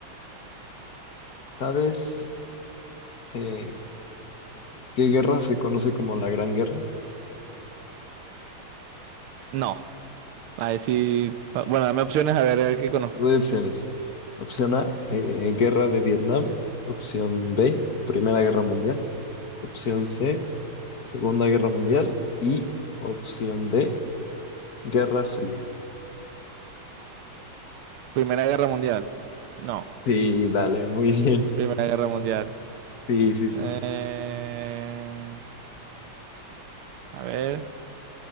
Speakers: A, on the left; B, on the right.
A: ¿sabes? Eh, ¿qué guerra se conoce como la Gran Guerra?
B: No, a ver si... Bueno, dame opciones a ver, a ver qué conozco.
A: Te doy opciones. Opción A, eh, Guerra de Vietnam. Opción B, Primera Guerra Mundial. Opción C, Segunda Guerra Mundial. Y opción D, Guerra Fría.
B: Primera Guerra Mundial. No,
A: Sí, dale, muy <laughs> bien.
B: Primera Guerra Mundial.
A: Sí, sí, sí.
B: Eh, A ver,